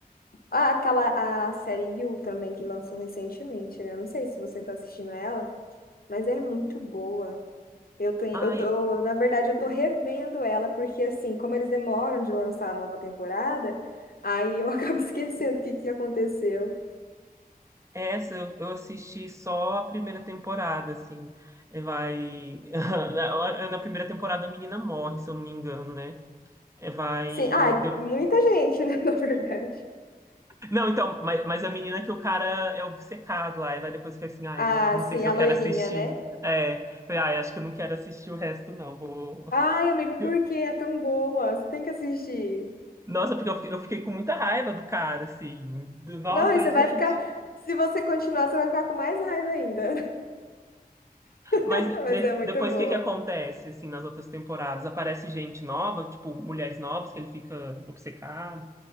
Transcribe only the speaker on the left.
Ah, aquela a série You também que lançou recentemente, né? Eu não sei se você tá assistindo ela, mas é muito boa. Eu tenho,
eu tô, na verdade, eu tô revendo ela, porque assim, como eles demoram de lançar a nova temporada, aí eu <laughs> acabo esquecendo o que que aconteceu.
Sim, ah,
muita gente, né, <laughs> na verdade.
Ah,
sim,
a loirinha,
né?
Ai, amigo, por
que é tão boa? Você tem que assistir.
Não,
e você
vai ficar, se você continuar, você vai ficar com mais raiva ainda.
<laughs>
Mas é muito
boa.